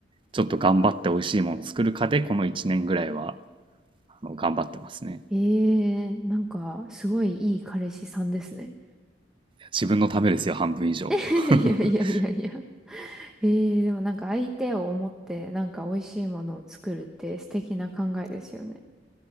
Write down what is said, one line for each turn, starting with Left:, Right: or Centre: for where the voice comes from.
Right: ちょっと頑張って美味しいもの作るかで、この1年ぐらいは。あの頑張ってますね。
Centre: ええー、なんかすごいいい彼氏さんですね。
Right: 自分のためですよ、半分以上。
Centre: <laughs> いやいやいやいや。
Right: <laughs>
Centre: えー、でもなんか相手を思ってなんか美味しいものを作るって素敵な考えですよね。